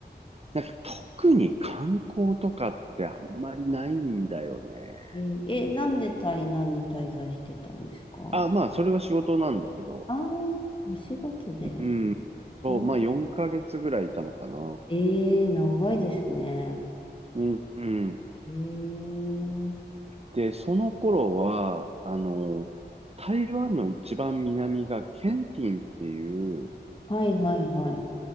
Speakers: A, on the right; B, on the left.
A: なんか特に観光とかってあんまりないんだよね。
B: い。え、えなんで台南に滞在してたんですか
A: あ、まあ、それは仕事なんだけど。
B: ああ、お仕事で。
A: うん。そう、
B: あ
A: まあ4ヶ月ぐらいいたのかな。
B: ええ長いですね。
A: うん、うん。
B: ええ
A: で、その頃は、あの、台湾の一番南がケンティンっていう
B: はいはいはい。